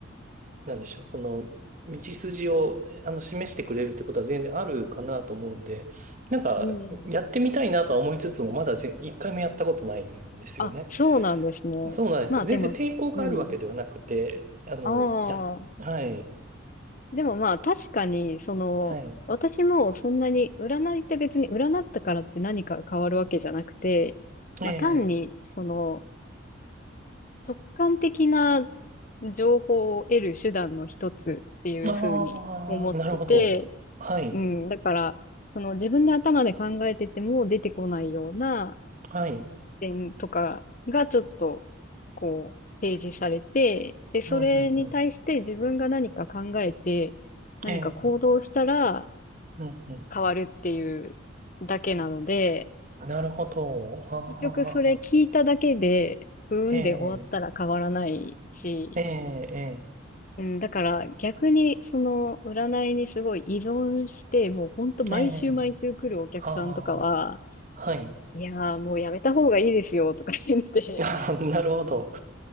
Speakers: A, on the right; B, on the left.
A: なんでしょう、その、道筋を、あの、示してくれるってことは全然あるかなと思うんで、なんか、
B: うん。
A: やってみたいなとは思いつつも、まだぜ一回もやったことないんですよね。
B: あ、そうなんですね。
A: そうなんですよ。
B: まあでも、
A: 全然抵抗があるわけではなくて、
B: うん。
A: あの、
B: あ
A: や、
B: あ、
A: はい、
B: でもまあ確かに、その、
A: はい、
B: 私もそんなに、占いって別に占ったからって何か変わるわけじゃなくて、
A: ええ
B: まあ単に、その、直感的な情報を得る手段の一つっていうふうに思ってて、
A: ああなるほど。はい、
B: うん、だから、その自分で頭で考えてても出てこないような、
A: はい、
B: 点とかがちょっと、こう、提示されて、で、それに対して自分が何か考えて、
A: うん、うん、うん、
B: 何か行動したら
A: ええうん、うん。
B: 変わるっていうだけなので、
A: なるほど。ああ、
B: 結局それ聞いただけで、うーんで終わったら変わらないし、
A: ええ、ええ、え
B: うん、だから逆にその占いにすごい依存して、もうほんと毎週毎週来るお客さんとかは、
A: え、ええ、ああ、はい。
B: いやーもうやめた方がいいですよとか言って、
A: <laughs> あーなるほど。